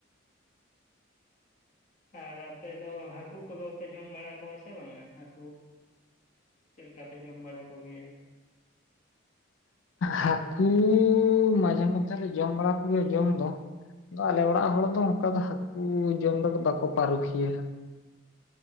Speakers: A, on the left; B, on the left.
A: ᱟᱨ ᱟᱯᱮ ᱫᱚ ᱦᱟᱹᱠᱩ ᱠᱚᱫᱚ ᱯᱮ ᱡᱚᱢ ᱵᱟᱲᱟ ᱠᱚᱣᱟ ᱥᱮ ᱵᱟᱝᱟ ᱦᱟᱹᱠᱩ ᱪᱮᱫ ᱞᱮᱠᱟ ᱯᱮ ᱡᱚᱢ ᱵᱟᱲᱟ ᱠᱚᱜᱮᱭᱟ?
B: ᱦᱟᱹᱠᱩ ᱢᱟᱡᱷᱮ ᱢᱚᱫᱽᱫᱷᱮ ᱨᱮ ᱡᱚᱢ ᱵᱟᱲᱟ ᱠᱚᱜᱮ ᱡᱚᱢ ᱫᱚ᱾ ᱟᱫᱚ ᱟᱞᱮ ᱚᱲᱟᱜ ᱦᱚᱲ ᱫᱚ ᱚᱱᱠᱟ ᱫᱚ ᱦᱟᱹᱠᱩ ᱡᱚᱢ ᱨᱮ ᱵᱟᱠᱚ ᱯᱟᱹᱨᱩᱠᱷᱤᱭᱟᱹᱣᱟ